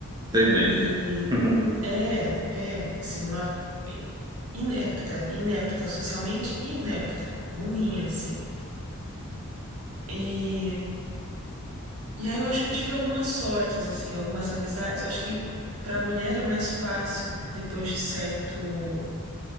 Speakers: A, on the right; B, on the right.
A: sei bem.
B: E
A: <laughs>
B: é, é, assim, uma inepta, inepta, socialmente inepta, burrinha, assim. E E aí eu acho que eu tive algumas sortes, assim, algumas amizades. Eu acho que para a mulher é mais fácil, depois de certo,